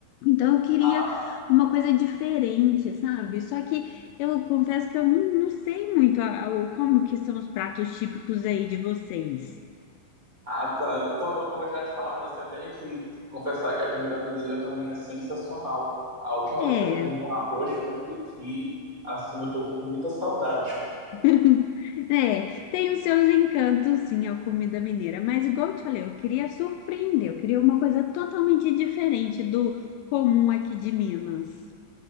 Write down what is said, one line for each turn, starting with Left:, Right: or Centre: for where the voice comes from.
Left: Então eu queria
Right: Ah,
Left: uma coisa diferente, sabe? Só que eu confesso que eu não, não sei muito a- o como que são os pratos típicos aí de vocês.
Right: ah, tá. Eu, po- eu vou já te falar, mas assim, eu tenho que confessar que a comida mineira também é sensacional. A última
Left: É,
Right: vez que eu comi um arroz com pequi, assim, eu tô com muita saudade.
Left: <laughs> é, tem os seus encantos, sim, a comida mineira, mas igual eu te falei, eu queria surpreender, eu queria uma coisa totalmente diferente do comum aqui de Minas.